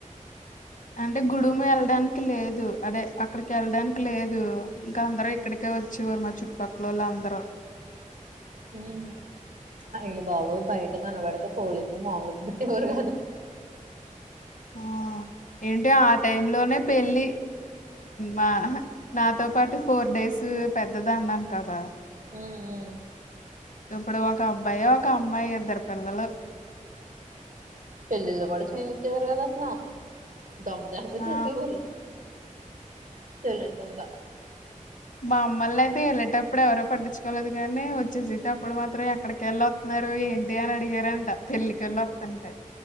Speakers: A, on the left; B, on the right.
A: అంటే గుడుము వెళ్ళడానికి లేదు అదే అక్కడికి వెళ్ళడానికి లేదు ఇంకా అందరు ఇక్కడికే వచ్చేవారు మా చుట్టుపక్కలోల్లు అందరూ
B: హ్మ్ అయ్య బాబోయ్ బయట కనబడితే పోలీసులు మామూలు కొట్టేవారు కాదు.
A: ఆ ఏంటి ఆ టైమ్ లోనే పెళ్ళి మా నాతో పాటు ఫోర్ డేస్ పెద్దది అన్నాను కదా
B: ఉ ఊ
A: ఇప్పుడు ఒక అబ్బాయి, ఒక అమ్మాయి ఇద్దరు పిల్లలు
B: పెళ్ళిళ్ళు కూడా చేయనించేవారు కాదు అసలు దొంగ చాటుగా
A: ఆ
B: చేసేవారు తెలియకుండా
A: మమ్మల్ని అయితే ఎళ్ళేటప్పుడు ఎవరో పట్టించుకోలేదు కానీ వచ్చేసేటప్పుడు మాత్రం ఎక్కడికెళ్ళి వత్తున్నారు, ఏంటి అని అడిగారంట పెళ్ళికెళ్ళి వత్తుంటె